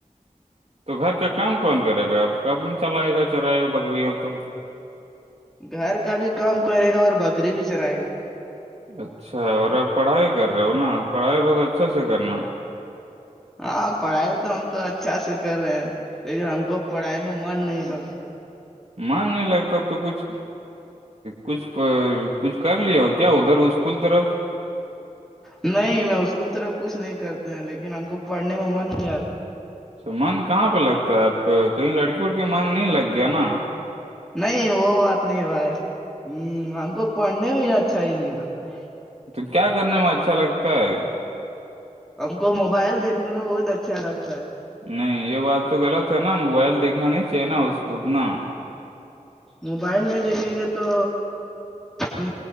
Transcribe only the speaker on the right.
تو گھر کا کام کون کرے گا آپ کب چلائے گا چلائے گا بکری یہ تو
اچھا اور آپ پڑھائی کر رہے ہو نا پڑھائی بہت اچھا سے کرنا
مان نہیں لگتا تو کچھ کچھ کچھ کر ل ہو کیا ادھر اس اسکول طرف
اچھا من کہاں پہ لگتا ہے آپ کو کہیں لڑکی وڑکی من نہیں لگ گیا نا
تو کیا کرنے میں اچھا لگتا ہے
نہیں یہ بات تو غلط ہے نا موبائل دیکھنا نہیں چاہیے نا اس اتنا